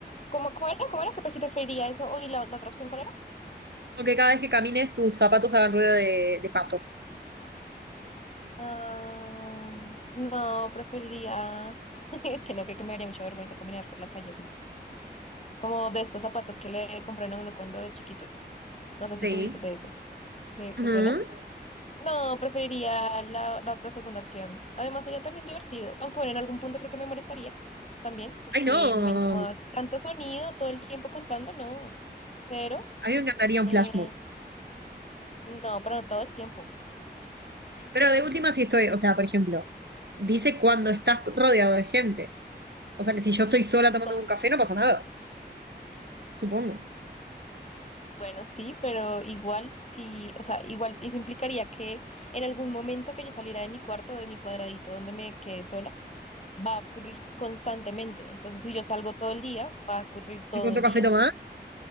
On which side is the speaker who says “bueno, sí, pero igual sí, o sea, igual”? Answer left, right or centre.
Left